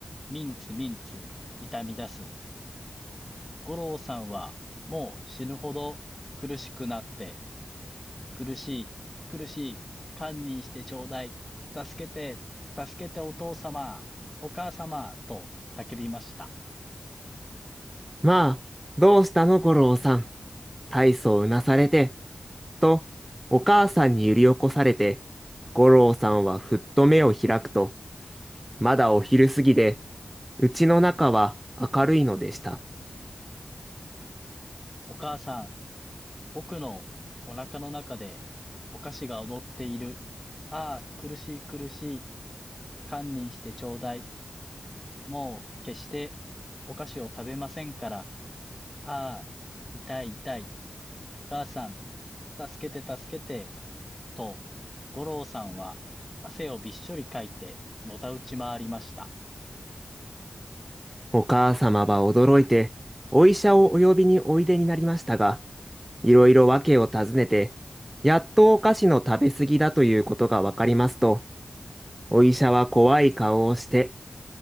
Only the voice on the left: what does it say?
ミンツ、ミンツ、痛み出す。五郎さんは、もう死ぬほど苦しくなって、苦しい、苦しい、堪忍してちょうだい、助けて、助けてお父様、お母様、と叫びました。
お母さん、僕のお腹の中でお菓子が踊っている。ああ、苦しい苦しい、堪忍してちょうだい。もう決してお菓子を食べませんから。ああ、痛い痛い、お母さん、助けて助けて、と、五郎さんは汗をびっしょりかいて、のたうち回りました。